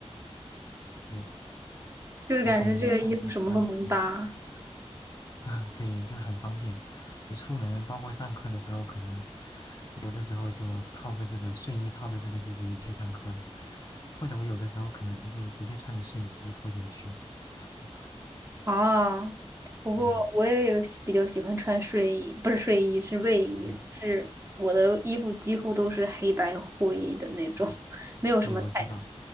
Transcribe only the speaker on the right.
就是感觉这个衣服什么都能搭。
啊，不过我也有喜比较喜欢穿睡衣，
不是睡衣，是卫衣，
是我的衣服几乎都是黑白灰的那种，
<laughs> 没有什么彩色。